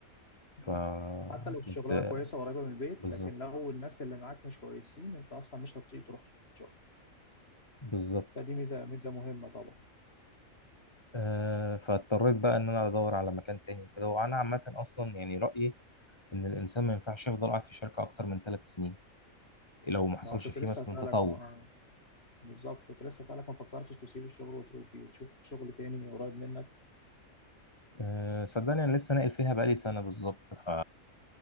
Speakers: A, on the left (about 45°); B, on the left (about 20°).
A: مم.
B: فكنت
A: حتى لو الشغلانه كويسه وقريبه من البيت
B: بالظبط
A: لكن لو الناس اللي معاك مش كويسين انت اصلا مش هتطيق تروح الشغل
B: بالظبط
A: فدي ميزه ميزه مهمه طبعا
B: آه، فاضطريت بقى ان انا ادور على مكان تاني وكده وانا عامه اصلا يعني رايي ان الانسان ما ينفعش يفضل قاعد في شركه اكتر من ثلاث سنين لو ما حصلش
A: ما كنت
B: فيه
A: لسه
B: مثلا
A: هسالك
B: تطور
A: ما آه، بالظبط كنت لسه هسالك ما فكرتش تسيب الشغل وتروح وتشوف شغل تاني قريب منك
B: أه صدقني انا لسه ناقل فيها بقالي سنه بالظبط ف